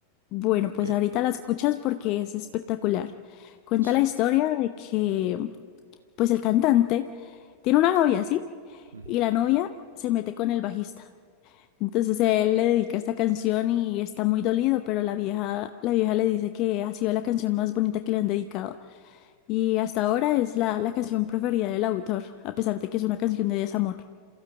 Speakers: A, on the left; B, on the right.
A: Bueno, pues
B: que
A: ahorita la escuchas porque es espectacular. Cuenta
B: sí.
A: la historia de que, pues el cantante tiene una novia, ¿sí?
B: Ujú.
A: Y la novia se mete con el bajista. Entonces él le dedica esta canción y está muy dolido, pero la vieja, la vieja le dice que ha sido la canción más bonita que le han dedicado. Y hasta ahora es la, la canción preferida del autor, a pesar de que es una canción de desamor.